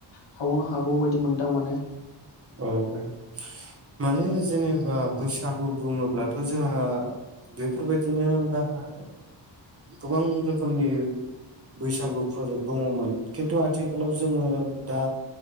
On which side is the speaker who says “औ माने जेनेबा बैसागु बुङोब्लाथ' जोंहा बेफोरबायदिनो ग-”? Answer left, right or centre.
Right